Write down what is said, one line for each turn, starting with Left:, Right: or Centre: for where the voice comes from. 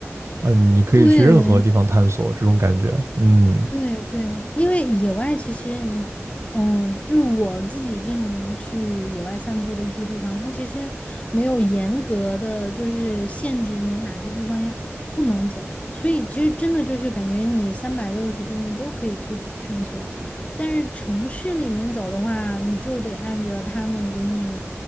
Right: 啊，你可以去任何地方探索这种感觉，
Left: 对，
Right: 嗯
Left: 对对，因为野外其实你，嗯，就是我自己经常去野外散步的一些地方，它其实没有严格的就是限制你哪些地方要不能走，所以其实真的就是感觉你三百六十度你都可以去探索。但是城市里面走的话，你就得按着他们给你